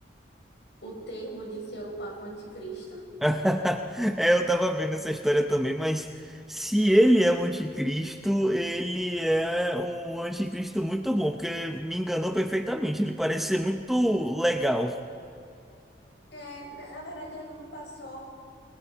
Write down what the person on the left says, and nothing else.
O termo de ser o Papa Anticristo.
É, na na verdade, ele não me passou